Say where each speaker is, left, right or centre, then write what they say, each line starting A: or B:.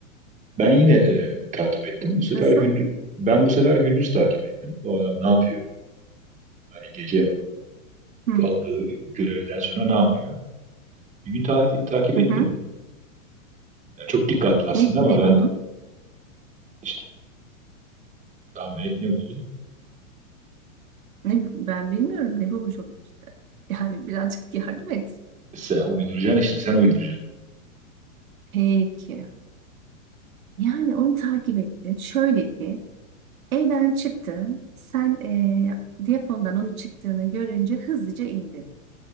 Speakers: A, on the right (about 20°); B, on the right (about 85°).
A: ben yine e, takip ettim. Bu sefer
B: Nasıl?
A: gündüz ben bu sefer gündüz takip ettim. Bu adam ne yapıyor? Hani gece
B: Hı.
A: aldığı görevden sonra ne yapıyor? Bir gün tarifi, takip ettim.
B: Hı hı.
A: Ya çok dikkatli aslında
B: Ne,
A: ama
B: ne
A: ben
B: buldun?
A: işte tahmin et ne buldum.
B: Ne, ben bilmiyorum ne bulmuş olup işte. Yani birazcık yardım et.
A: Sen uyduracaksın işte sen uyduracaksın.
B: Peki. Yani onu takip ettin. Şöyle ki Evden çıktı. Sen eee diyafondan onun çıktığını görünce hızlıca indi.